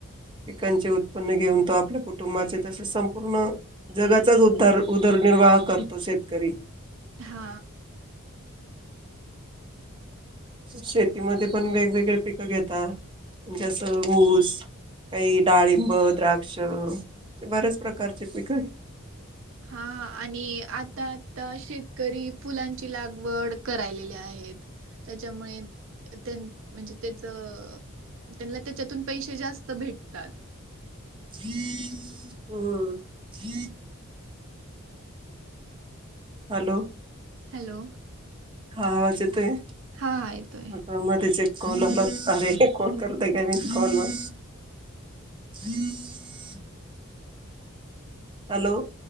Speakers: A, on the right; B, on the right.
A: पिकांचे उ त्पन्न घेऊन तो आपल्या कुटुंबाचे तसेच संपूर्ण जगाचाच उद्दार उदरनिर्वाह करतो शे शेतकरी.
B: हा.
A: शेतीमध्येपण वेगवेगळे पिकं घेतात. जसं ऊस काही डाळिंब, द्राक्ष बर्याच प्रकारचे पी
B: हा आणि आता आता शेतकरी फुलांची लागवड करायलेली आहेत. त्याच्यामुळे त्यां म्हणजे त्यांचं त्यांना त्याच्यातून पैसे जास्त भेटतात.
A: हं. हॅलो.
B: हॅलो.
A: हा आवाज येतोय,
B: हा येतोय
A: आता मध्येच कॉल आला. अरे कोण करतंय का मिसकॉल वर ह् हॅलो.